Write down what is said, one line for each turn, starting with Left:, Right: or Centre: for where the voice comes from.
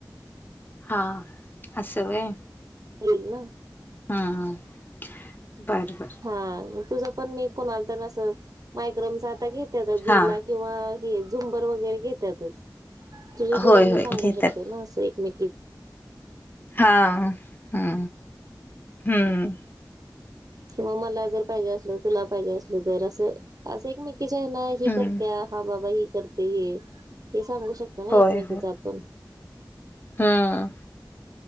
Left: हा असं व्हय.
Right: होईल ना.
Left: हम्म बर बर.
Right: हा तुझं पण मी कोणाला तर असं मायक्रोमचा आता घेत्यातचं झुला
Left: हा
Right: किंवा हे झुंबर वगैरे घेत्यातच. तुझं सुद्धा
Left: होय
Right: मी
Left: होय
Right: सांगू
Left: घेतात
Right: शकते ना असं एकमेकी
Left: हा हम हम्म
Right: किवा मला जर पाहिजे असल तुला पाहिजे असल तर असं असं एके जे नाहीं हे
Left: हम्म
Right: करते्या हा बाबा हेी करते हे हे सांगू शक ना
Left: होय
Right: एकमेकीचा
Left: होय
Right: आपण.
Left: हम्म.